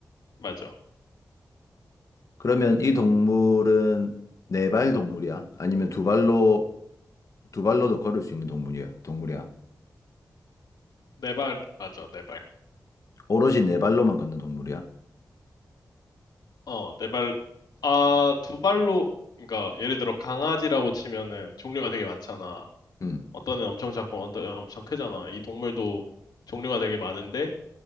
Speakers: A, on the left (about 85°); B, on the left (about 55°).
A: 맞아.
B: 그러면 이 동물은 네 발 동물이야? 아니면 두 발로, 두 발로도 걸을 수 있는 동물이야? 동물이야?
A: 네 발, 맞아, 네 발.
B: 오로지 네 발로만 걷는 동물이야?
A: 어, 네 발, 아, 두 발로, 그러니까 예를 들어 강아지라고 치면은 종류가 되게 많잖아.
B: 음.
A: 어떤 애는 엄청 작고 어떤 애는 엄청 크잖아. 이 동물도 종류가 되게 많은데